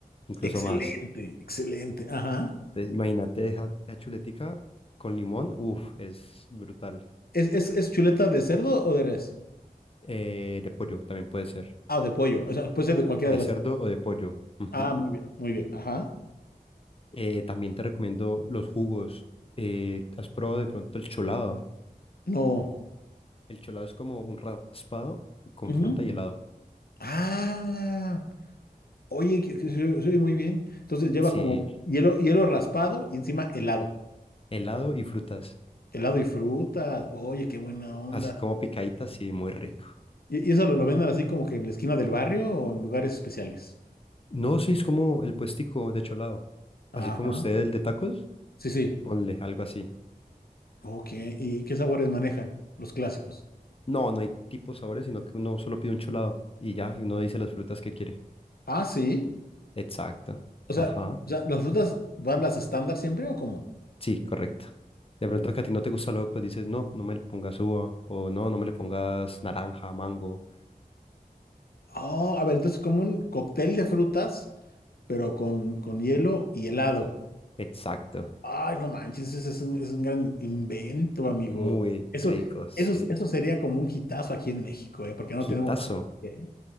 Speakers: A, on the left; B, on the left.
A: incluso
B: excelente,
A: más.
B: excelente. Ajá.
A: Entonces, imagínate esa, esa chuletica con limón, uff, es brutal.
B: ¿Es, es, es chuleta de cerdo o de res?
A: Eh, de pollo también puede ser,
B: Ah, de pollo. O sea, puede ser de cualquiera
A: de
B: de las
A: cerdo
B: tres.
A: o de pollo. ujú.
B: Ah, muy bien, muy bien. Ajá.
A: Eh, también te recomiendo los jugos. Eh, ¿has probado de pronto el cholado?
B: No.
A: El cholado es como un raspado con
B: Ujú.
A: fruta y helado.
B: Ah, oye, que, que se- se oye muy bien. Entonces lleva
A: Sí,
B: como hielo, hielo raspado y encima helado.
A: helado y frutas.
B: Helado y fruta. Oye, qué buena onda.
A: Así como picaditas, sí, muy rico.
B: ¿Y, y eso lo, lo venden así como que en la esquina del barrio o en lugares especiales?
A: No, sí, es como el puestico de cholado.
B: Ajá.
A: Así como usted el de tacos,
B: Sí, sí.
A: ponle algo así.
B: Ok. ¿Y qué sabores manejan? Los clásicos.
A: No, no hay tipos sabores, sino que uno solo pide un cholado y ya, y uno dice las frutas que quiere.
B: Ah, sí.
A: Exacto.
B: O sea,
A: Ajá.
B: o sea, ¿las frutas van las estándar siempre o cómo?
A: Sí, correcto. De pronto que a ti no te gusta lo, pues dices, no, no me le pongas uva, o no, no me le pongas naranja, mango.
B: Oh, a ver, entonces como un cóctel de frutas. pero con, con hielo y helado.
A: Exacto.
B: Ay, no manches, ese es un, es un gran invento, amigo.
A: Muy
B: Eso,
A: rico, sí.
B: eso, eso sería como un hitazo aquí en México, ¿eh? Porque no
A: Gitazo.
B: tenemos nada. ¿eh?